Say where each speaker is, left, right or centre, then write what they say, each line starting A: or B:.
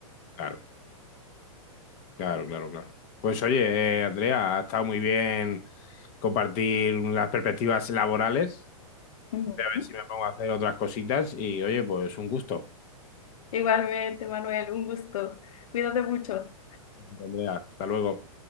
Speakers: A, on the left; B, on the left.
A: Claro. Claro, claro, claro. Pues oye, eh, Andrea, ha estado muy bien compartir las perspectivas laborales.
B: Ujú.
A: Voy a ver si me pongo a hacer otras cositas y oye, pues un gusto.
B: Igualmente, Manuel, un gusto. Cuídate mucho.
A: Andrea, hasta luego.